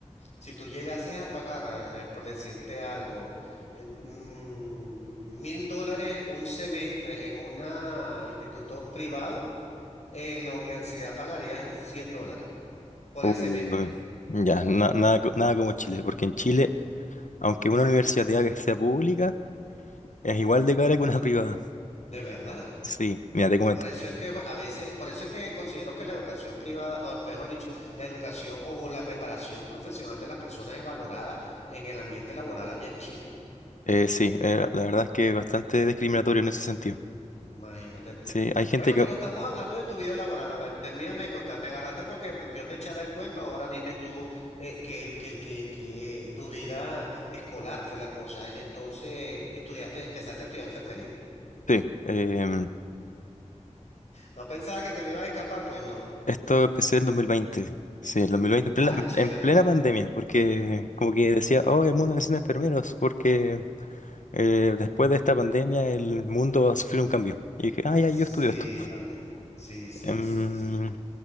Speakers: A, on the left; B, on the left.
A: Si tú llegases a pagar, eh, por decirte algo, eh, mm, mil dólares un semestre en un instituto privado, en la universidad pagarías 100 dólares por
B: Uy.
A: el semestre,
B: Ya, na- nada, co- nada como Chile, porque en Chile, aunque una universidad te haga que sea pública, es igual de cara que una <laughs> privada.
A: de verdad.
B: Sí, mira, te comento.
A: Por eso es que a veces, por eso es que considero que la educación privada, o mejor dicho, la educación o la preparación profesional de las personas es valorada en el ambiente laboral allá en Chile.
B: Eh, sí, eh, la verdad es que es bastante discriminatorio en ese sentido.
A: Imagínate tú.
B: Sí, hay gente
A: Bueno,
B: que...
A: pero estamos hablando de tu vida laboral. A ver, termíname de contar. Me agarraste porque pues, yo te echara el cuento. Ahora dime tú eh, que, que, que, que tu vida escolar fue la cosa. Entonces, estudiaste, empezaste a estudiar enfermería.
B: Sí, em,
A: No pensaba que te me iba a ir capaz, pues no.
B: Esto empecé el dos mil veinte Sí, el 2020, en plena,
A: Ay, chévere.
B: en plena pandemia, porque como que decía, oh, el mundo necesita enfermeros, porque eh, después de esta pandemia el mundo va a sufrir un cambio. Y dije, ah, ya,
A: Sí,
B: yo estudio esto.
A: vale. Sí, sí,
B: Em,
A: sí, sí.